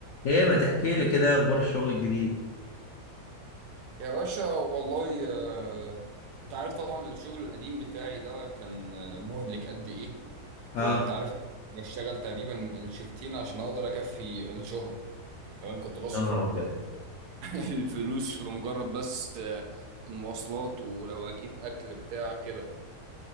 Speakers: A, on the left (about 65°); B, on the right (about 75°).
A: ايه ما تحكي لي كده إيه اخبار الشغل الجديد
B: يا باشا والله آه، انت عارف طبعا الشغل القديم بتاعي ده كان آه، مهلك قد ايه
A: اه
B: وانت عارف بشتغل تقريبا الشفتين عشان اقدر اكفي الشهر وكمان كنت بصرف
A: يا نهار
B: ال-
A: ابيض
B: <laughs> الفلوس في مجرد بس آه، المواصلات ولو اجيب اكل بتاع كده